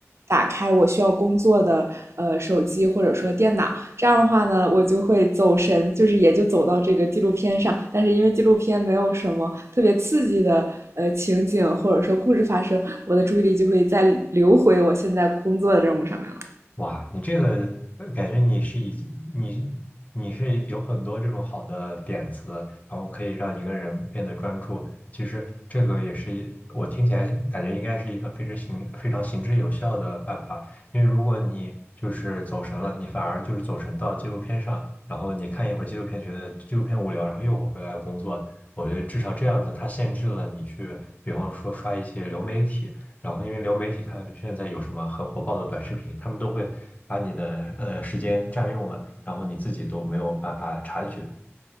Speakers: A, on the right; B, on the left.
A: 打开我需要工作的呃手机或者说电脑，这样的话呢，我就会走神，就是也就走到这个纪录片上。但是因为纪录片没有什么特别刺激的呃情景或者说故事发生，我的注意力就会再流回我现在工作的任务上面了。
B: 哇，你这个呃感觉你是已经你你是有很多这种好的点子，然后可以让一个人变得专注。其实这个也是一我听起来感觉应该是一个非常行非常行之有效的办法，因为如果你就是走神了，你反而就是走神到纪录片上，然后你看一会儿纪录片，觉得纪录片无聊，然后又回来工作。我觉得至少这样子，它限制了你去，比方说刷一些流媒体。然后因为流媒体它现在有什么很火爆的短视频，他们都会把你的呃时间占用了，然后你自己都没有办法察觉。